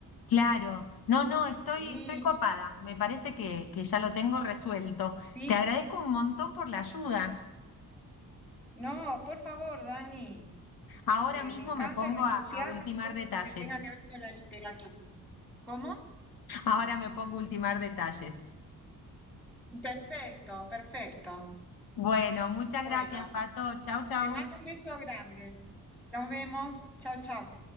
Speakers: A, on the left (about 80°); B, in the centre.
A: Claro, no, no, estoy,
B: sí,
A: estoy copada, me parece que, que ya lo tengo resuelto.
B: sí.
A: Te agradezco un montón por la ayuda.
B: No, por favor, Dani,
A: Ahora
B: eh,
A: mismo
B: me encanta
A: me pongo
B: y me entusiasma
A: a, a ultimar
B: todo
A: detalles.
B: lo que tenga que ver con la literatura. ¿Cómo?
A: Ahora me pongo a ultimar detalles.
B: Perfecto, perfecto.
A: Bueno, muchas
B: Bueno,
A: gracias, Pato. Chau, chau.
B: te mando un beso grande. Nos vemos. Chao, chao.